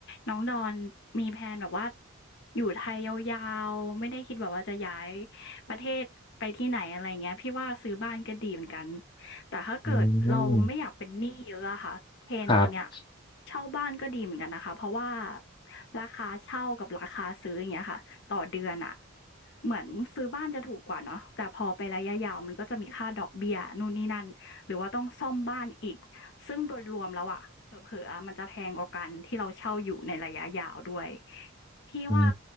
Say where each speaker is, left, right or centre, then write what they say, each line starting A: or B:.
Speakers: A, on the left; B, on the left.
A: น้องดอนมีแพลนแบบว่าอยู่ไทยยาวๆไม่ได้คิดแบบว่าจะย้ายประเทศไปที่ไหนอะไรเงี้ยพี่ว่าซื้อบ้านก็ดีเหมือนกันแต่ถ้าเกิดเราไม่อยากเป็นหนี้เยอะอะค่ะ
B: อืม
A: trend
B: ครับ
A: ตอนเนี้ยเช่าบ้านก็ดีเหมือนกันนะคะเพราะว่าราคาเช่ากับราคาซื้ออย่างเงี้ยค่ะต่อเดือนอะเหมือนซื้อบ้านจะถูกกว่าเนาะแต่พอไประยะยาวมันก็จะมีค่าดอกเบี้ยนู่นนี่นั่นหรือว่าต้องซ่อมบ้านอีก ซึ่งโดยรวมแล้วอะเผลอๆะมันจะแพงกว่ากันที่เราเช่าอยู่ในระยะยาวด้วยพี่ว่า
B: อื